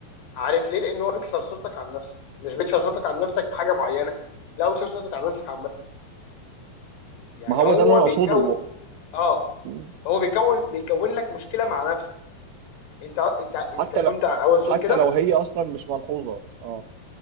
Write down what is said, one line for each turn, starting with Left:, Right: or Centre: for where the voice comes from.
Left: عارف ليه لان هو بيكسر صورتك عن نفسك مش بيكسر صورتك عن نفسك في حاجه معينه لا هو بيكسر صورتك عن نفسك عامه يعني
Right: ما هو
Left: هو
Right: ده اللي انا
Left: بيكون
Right: اقصده و...
Left: اه
Right: مم.
Left: هو بيكون بيكون لك مشكله مع نفسك انت انت انت
Right: حتى
Left: كنت
Right: لو
Left: عاوز تقول
Right: حتى
Left: كده
Right: لو هي اصلا مش ملحوظه اه